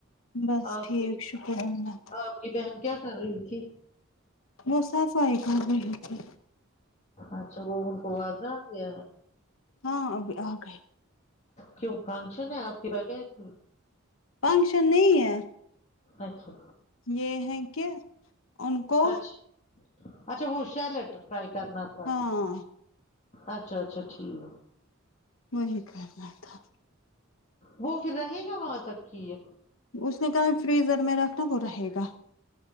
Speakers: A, on the left; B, on the left.
A: بس
B: آپ
A: ٹھیک
B: کی
A: شکر اللہ
B: آپ کی بہن کیا کر رہی تھی
A: وہ صفائی کر رہی تھی
B: اچھا وہ ان کو واضہ آ گیا
A: ہاں اب آگے
B: کیوں فنکشن ہے آپ کی بغیر تھی
A: فنکشن نہیں ہے
B: اچھا
A: یہ ہے کہ ان کو
B: اچھا اچھا وہ سیلڈ فرائی کرنا تھا
A: ہاں
B: اچھا اچھا ٹھیک
A: وہی کرنا تھا
B: وہ پھر رہے گا وہاں تک کی یہ
A: اس نے کہا فریزر میں رکھنا وہ رہے گا